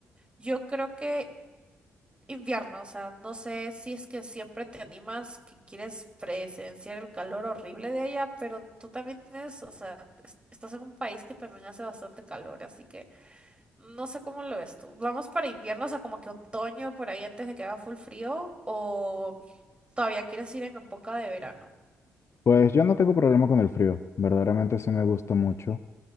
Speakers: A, on the right (about 20°); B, on the left (about 50°).
A: Yo creo que invierno, o sea, no sé si es que siempre te animas, que quieres presenciar el calor horrible de allá, pero tú también tienes, o sea, es- estás en un país que también hace bastante calor, así que no sé cómo lo ves tú. ¿Vamos para invierno, o sea, como que otoño por ahí antes de que haga full frío o todavía quieres ir en época de verano?
B: Pues yo no tengo problema con el frío, verdaderamente sí me gusta mucho.